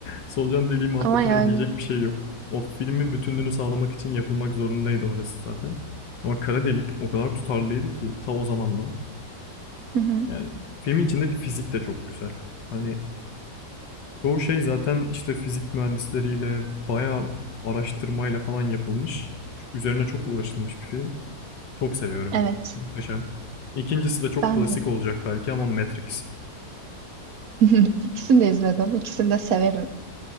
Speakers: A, on the left (about 85°); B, on the right (about 60°).
A: Solucan deliği muhabbetine
B: <laughs> Ama yani
A: diyecek bir şey yok. O filmin bütünlüğünü sağlamak için yapılmak zorundaydı orası zaten. Ama kara delik o kadar tutarlıydı ki ta o zamandan.
B: hı hı.
A: Yani filmin içindeki fizik de çok güzel. Hani çoğu şey zaten işte fizik mühendisleriyle bayağı araştırmayla falan yapılmış. Ç- Üzerine çok uğraşılmış bir film. Çok seviyorum.
B: Evet.
A: Muhteşem. İkincisi de çok
B: Ben
A: klasik
B: de
A: olacak belki ama Matrix.
B: <laughs> ikisini de izledim. İkisini de severim.